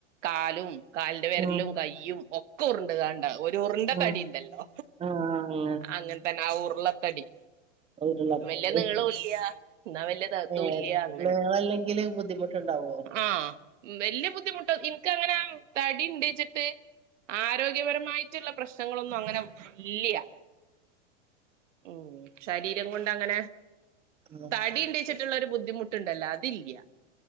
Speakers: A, on the right; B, on the right.
A: കാലും കാലിന്റെ വിരലും
B: ആഹ്
A: കൈ്യും ഒക്കെ ഉര്ണ്ട് കാണ്ടാ ഒരു ഉര്ണ്ട
B: ആഹ്
A: തടി ഉണ്ടല്ലോ
B: ആഹ്
A: അങ്ങനെ തന്നെ ആ ഉരുളത്തടി
B: അങ്ങനെല്ലേ ഉരുളപ്പത്
A: വല്യ നീളോല്യ എന്നാ വല്യ ഇതു
B: ഏഹ്
A: ഇല്ലയ അങ്ങനെ
B: നീളല്ലെങ്കില് ബുദ്ധിമുട്ടുണ്ടാവോ
A: ആഹ് വല്യ ബുദ്ധിമുട്ട് ഇൻക്ക് അങ്ങനെ തടി ഉണ്ട് വച്ചിട്ട് ആരോഗ്യപരമായിട്ടുള്ള പ്രശ്നങ്ങളൊന്നും അങ്ങനെ ഇല്ല്യ ഉം ശരീരം കൊണ്ട് അങ്ങനെ
B: ആഹ്
A: തടി ഉണ്ട്ച്ചിട്ടുള്ളൊ
B: ശരി
A: ഒരു ബുദ്ധിമുട്ട് ഇട്ടുണ്ടല്ലോ അതില്ല.